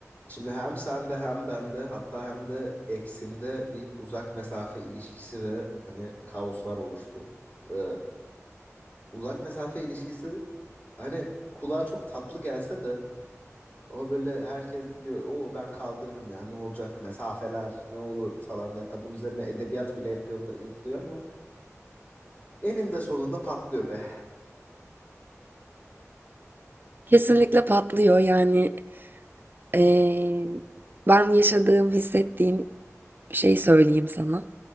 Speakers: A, on the left; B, on the right.
A: Şimdi hem sende hem bende hatta hem de eksimde bir uzak mesafe ilişkisi ve hani kaoslar oluştu. Ee, uzak mesafe ilişkisi hani kulağa çok tatlı gelse de ama böyle herkes diyor o ben kaldırırım ya ne olacak mesafeler ne olur falan ya hatta bunun üzerine edebiyat bile yapıyor, yapılıyor ama eninde sonunda patlıyor be.
B: Kesinlikle patlıyor yani eee, ben yaşadığım hissettiğim şeyi söyleyeyim sana.